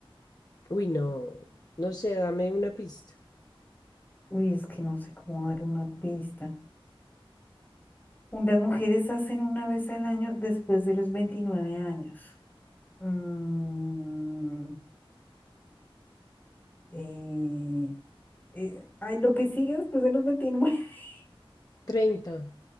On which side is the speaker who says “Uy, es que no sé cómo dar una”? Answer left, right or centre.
Left